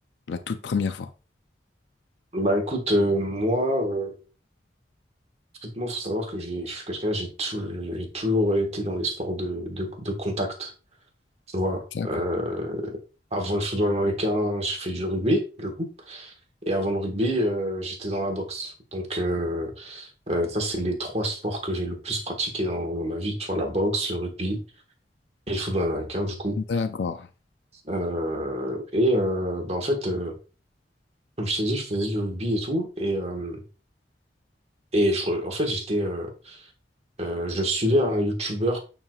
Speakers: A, on the left; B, on the right.
A: la toute première fois?
B: Bah écoute, euh, moi, euh, il faut savoir que j'ai- je suis quelqu'un, j'ai tou- j'ai toujours été dans les sports de, de, de contact. Voilà.
A: D'accord.
B: Euh, avant le football américain, j'ai fait du rugby, du coup. Et avant le rugby, euh, j'étais dans la boxe. Donc, euh, euh, ça, c'est les trois sports que j'ai le plus pratiqué dans, dans ma vie. Tu vois, la boxe, le rugby et le football américain, du coup.
A: D'accord.
B: Euh, et euh, bah, en fait, euh, comme je t'ai dit, je faisais du rugby et tout. Et, euh, et je en fait, j'étais, euh, euh, je suivais un YouTuber